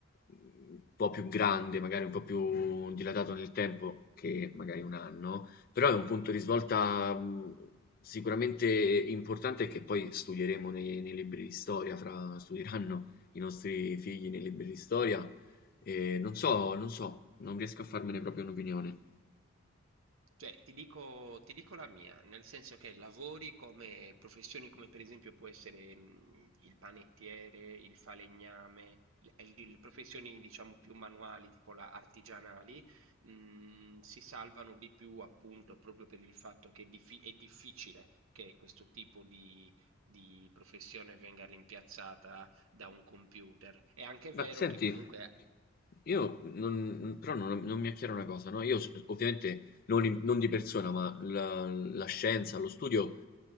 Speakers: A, on the left; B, on the right.
A: un po' più grande, magari un po' più dilatato nel tempo che magari un anno però è un punto di svolta mh, sicuramente importante che poi studieremo nei, nei libri di storia, fra, studieranno i nostri figli nei libri di storia. E non so, non so, non riesco a farmene proprio un'opinione.
B: Cioè, ti dico, ti dico la mia, nel senso che lavori come professioni come per esempio può essere mh, il panettiere, il falegname, le, le professioni diciamo più manuali, tipo la artigianali, mh, si salvano di più appunto proprio per il fatto che è, diffi- è difficile che questo tipo di, di professione venga rimpiazzata da un computer. È anche vero
A: Ma senti,
B: che comunque
A: io non, però non, non mi è chiara una cosa, no? Io s- ovviamente non, in- non di persona, ma la, la scienza, lo studio